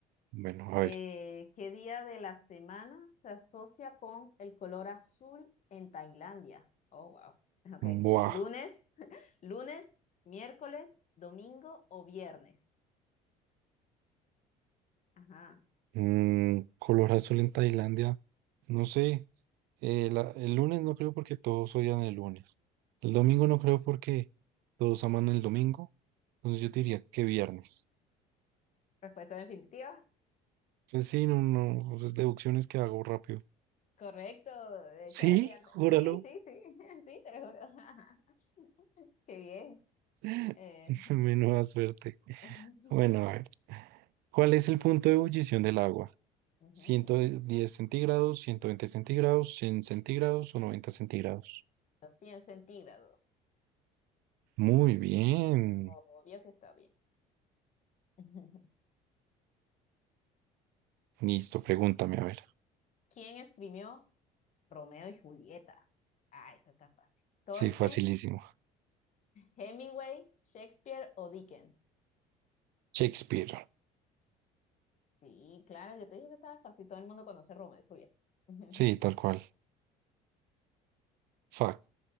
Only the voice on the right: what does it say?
Bueno, a
ver.
Buah.
Mm, color azul en Tailandia. No sé. eh, la- el lunes no creo porque todos odian el lunes. El domingo no creo porque todos aman el domingo. Entonces yo te diría que viernes.
Pues sí, no, no, pues es deducciones que hago rápido.
Sí,
júralo.
<laughs>
Menuda suerte.
Bueno, a ver. ¿Cuál es el punto de ebullición del agua?
ciento diez centígrados, 120 centígrados, 100 centígrados o 90 centígrados?
Muy bien.
Listo, pregúntame, a ver.
Sí, facilísimo.
Shakespeare.
Sí, tal cual. Fuck.